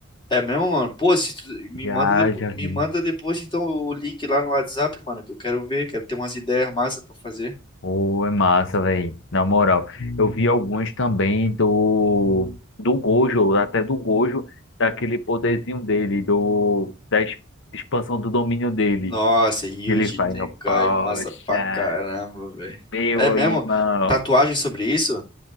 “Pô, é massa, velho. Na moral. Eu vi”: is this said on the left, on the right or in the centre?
Left